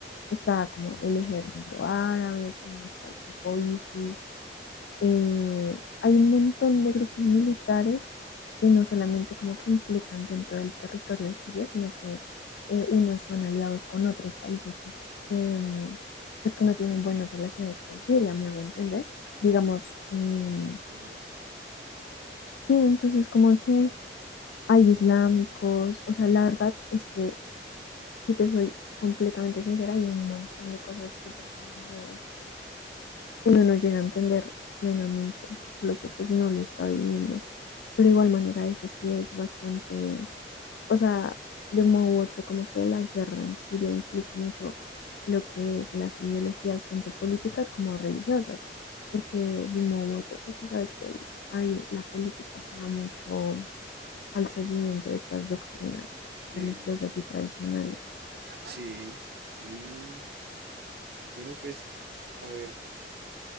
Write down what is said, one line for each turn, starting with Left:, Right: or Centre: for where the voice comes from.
Left: está como el ejército árabe, también está el grupo ISIS. eh, hay un montón de grupos militares que no solamente como que implican dentro del territorio de Siria, sino que eh, unos son aliados con otros países que, em, pues que no tienen buenas relaciones con Siria, me hago entender. Digamos, em,
Right: sí, entiendo.
Left: sí, entonces como que hay islámicos, o sea, la verdad es que, si te soy completamente sincera, hay un montón de cosas súper confundidoras que uno no llega a entender plenamente, por lo que pues no lo está viviendo. Pero de igual manera eso sí es bastante, o sea, de un modo u otro, como que la guerra en Siria implica mucho lo que es las ideologías tanto políticas como religiosas, porque de un modo u otro, pues sí sabes que hay, la política se da mucho al seguimiento de estas doctrinas
Right: Sí,
Left: religiosas y tradicionales.
Right: Ajá. sí. Mm, bueno, pues, a ver.